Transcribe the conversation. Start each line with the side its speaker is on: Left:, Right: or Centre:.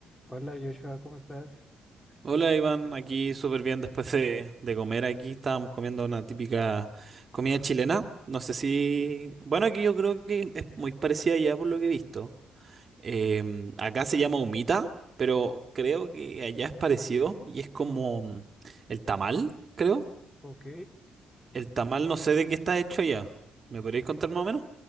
Left: Hola Joshua, ¿cómo estás?
Right: Hola Iván, aquí súper bien después de, de comer aquí. Estábamos comiendo una típica comida chilena. No sé si... Bueno, aquí yo creo que es muy parecida allá por lo que he visto. Em, acá se llama humita, pero creo que allá es parecido y es como mm, el tamal, creo.
Left: Ok.
Right: El tamal no sé de qué está hecho allá. ¿Me podríais contar más o menos?